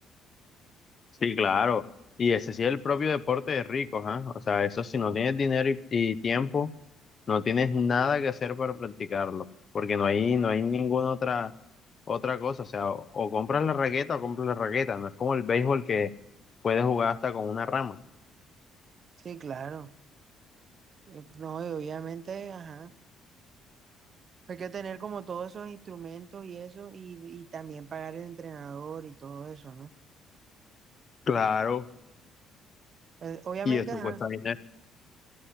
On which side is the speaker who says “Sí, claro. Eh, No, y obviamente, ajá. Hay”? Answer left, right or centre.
Right